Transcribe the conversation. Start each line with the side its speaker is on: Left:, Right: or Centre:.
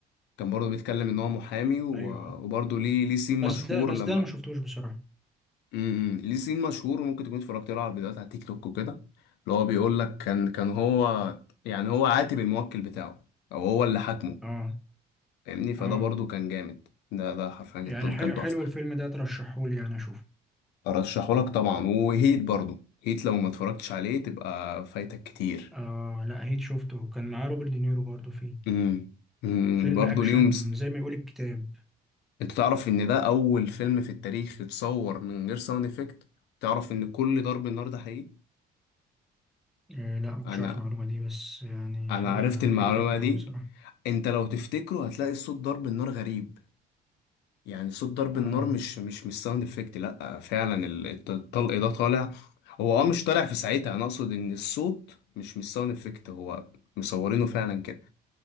Left: كان برضو بيتكلم ان هو محامي و-
Centre: ايوه
Left: وبرضو ليه ليه سين
Centre: بس
Left: مشهور
Centre: ده بس
Left: لما
Centre: ده أنا ما شفتوش بصراحه
Left: امم ليه سين مشهور ممكن تكون اتفرجت له على الفيديوهات على تيك توك وكده اللي هو بيقول لك كان كان هو يعني هو عاتب الموكل بتاعه او هو اللي حاكمه
Centre: اه
Left: فاهمني فده
Centre: اه
Left: برضو كان جامد ده ده حرفيا
Centre: يعني
Left: كان
Centre: حلو
Left: كان تحفه
Centre: حلو الفيلم ده ترشحه لي انا اشوفه
Left: ارشحه لك طبعا وهيت برضو هيت لو ما اتفرجتش عليه تبقى فايتك كتير
Centre: اه لا هيت شفته كان معاه روبرت دينيرو برضو فيه
Left: امم امم
Centre: فيلم
Left: برضو
Centre: اكشن
Left: ليهم س-
Centre: زي ما يقول الكتاب
Left: انت تعرف ان ده اول فيلم في التاريخ اتصور من غير ساوند افكت تعرف ان كل ضرب النار ده حقيقي
Centre: آه لا ما
Left: انا
Centre: كنتش عارف المعلومه دي بس يعني
Left: انا
Centre: حاجه
Left: عرفت المعلومه
Centre: حاجه جامده
Left: دي
Centre: قوي بصراحه
Left: انت لو تفتكره هتلاقي صوت ضرب النار غريب يعني صوت ضرب
Centre: اه
Left: النار مش مش مش ساوند افكت لا فعلا ال- الت- الطلق ده طالع هو اه مش طالع في ساعتها انا اقصد ان الصوت مش مش ساوند افكت هو مصورينه فعلا كده